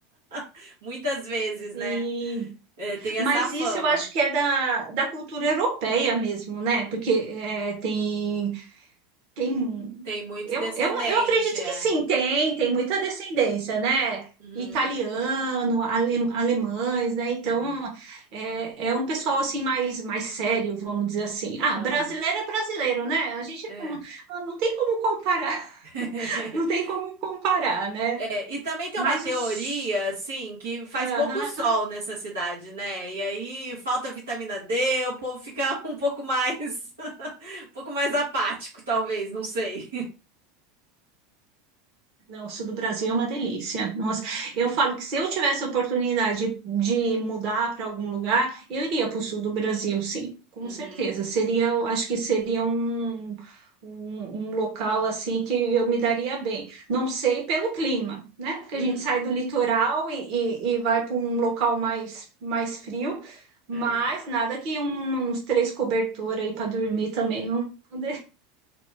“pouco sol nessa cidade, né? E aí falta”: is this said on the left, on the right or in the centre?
Right